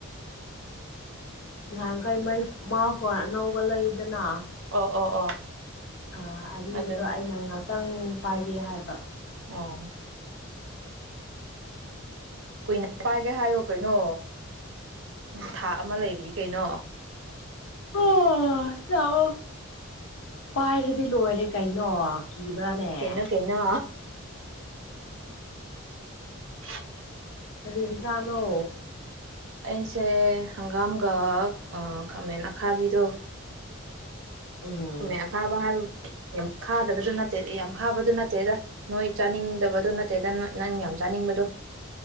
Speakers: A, on the left; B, on the right.
A: ꯅꯍꯥꯟ ꯀꯩ ꯃꯩ ꯃꯥ ꯐꯣꯟ ꯑꯅꯧꯕ ꯂꯩꯗꯅ꯫
B: ꯑꯣ ꯑꯣ ꯑꯣ꯫
A: ꯑꯥ ꯑꯔꯤꯕꯗꯣ
B: ꯑꯗꯨꯅꯤ
A: ꯑꯩꯅ ꯉꯥꯛꯇꯪ ꯄꯥꯏꯒꯦ ꯍꯥꯏꯕ꯫
B: ꯑꯣ꯫ ꯀꯨꯏꯅ ꯄꯥꯏꯒꯦ ꯍꯥꯏꯌꯣ ꯀꯩꯅꯣ ꯊꯥ ꯑꯃ ꯂꯩꯔꯤ ꯀꯩꯅꯣ꯫
A: ꯑꯣ ꯂꯛ ꯑꯣ ꯄꯥꯏꯔꯗꯤ ꯂꯣꯏꯔꯦ ꯀꯩꯅꯣ꯫ ꯀꯤꯕ꯭ꯔꯅꯦ
B: ꯀꯩꯅꯣ
A: ꯫
B: ꯀꯩꯅꯣ ꯎꯝ
A: ꯀꯔꯤ ꯖꯥꯉꯅꯣ
B: ꯑꯩꯁꯦ ꯍꯪꯒꯥꯝꯒ ꯈꯥꯃꯦꯟ ꯑꯈꯥꯕꯤꯗꯣ
A: ꯎꯝ
B: ꯈꯥꯃꯦꯟ ꯑꯥꯀꯥꯕꯍꯔ ꯈꯥꯗꯕꯗꯨ ꯅꯠꯇꯦ ꯌꯥꯝ ꯈꯥꯕꯗꯨ ꯅꯠꯇꯦꯗ ꯅꯣꯏ ꯆꯥꯅꯤꯡꯗꯕꯗꯨ ꯅꯠꯇꯦꯗ ꯅꯪ ꯆꯥꯅꯤꯡꯕꯗꯣ